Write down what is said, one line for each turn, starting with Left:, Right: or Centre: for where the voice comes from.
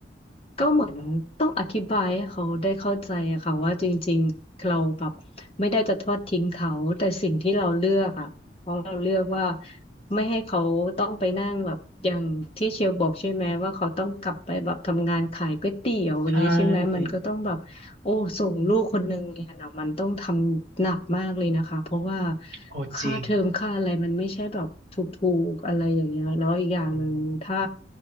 Left: ก็เหมือนต้องอธิบายให้เขาได้เข้าใจอะค่ะว่าจริงๆเราแบบไม่ได้จะทอดทิ้งเขาแต่สิ่งที่เราเลือกอะเพราะเราเลือกว่าไม่ให้เขาต้องไปนั่งแบบอย่างที่เชียวบอกใช่ไหมว่าเขาต้องกลับไปแบบทำงานขายก๋วยเตี๋ยวอย่างนี้ใช่ไหมมันก็ต้องแบบ
Right: ใช่
Left: โอ้ส่งลูกคนหนึ่งเรียนอ่ะมันต้องทำหนักมากเลยนะคะเพราะว่า
Right: โอ้จริง
Left: ค่าเทอมค่าอะไรมันไม่ใช่แบบถูกๆอะไรอย่างเงี้ยแล้วอีกอย่างหนึ่งถ้า
Right: อืม